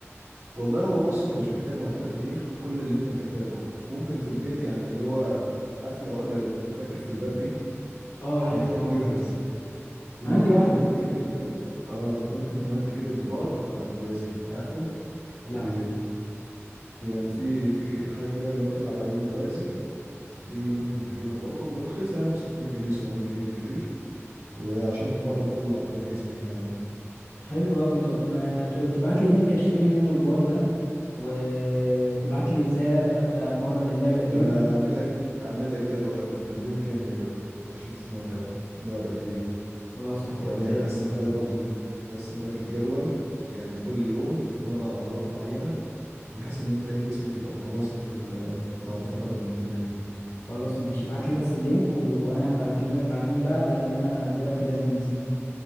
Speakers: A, on the right; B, on the left.
A: والله هو بص انت مش محتاج معدات كتير كل اللي انت محتاجه ممكن في البيت يعني اللي هو عارف العقلة اللي بتتركب في الباب دي
B: اه عارفها
A: محتاج تجيبها
B: اه
A: بس وممكن
B: عندي واحده
A: كمان تجيب ال اه ممكن كمان تجيب البار بتاع المتوازي عارفه
B: لا
A: ب... يعني في في ج- حاجة كده اللي هو بتلعب عليه متوازي دي ممكن تجيبها برضه ورخيصة يعني ب 600 جنيه 700 جنيه بالكتير وعشان تمرن كل عضلات جسمك يعني
B: حلو قوي طب ما تبعت لي لينك اشتري منه البار ده وتبعت لي ازاي أب- ابدا اتمرن اللعبه دي
A: ده انا هعمل لك هعمل لك جدول تمرين كامل يا باشا تتمرن اللعبة دي بيه
B: وخلاص يا اخويا
A: يعني
B: زي
A: هقسمها
B: الفل
A: لك برضو ال- هقسم لك الجدول يعني كل يوم تتمرن عضلات معينة بحيث ان انت ايه جسمك يبقى متناسق في ال- بعد فترة من التمرين
B: خلاص ماشي ابعت لي بس اللينك و... وانا هبقى اكلمك بعدين بقى لان انا دلوقتي لازم انزل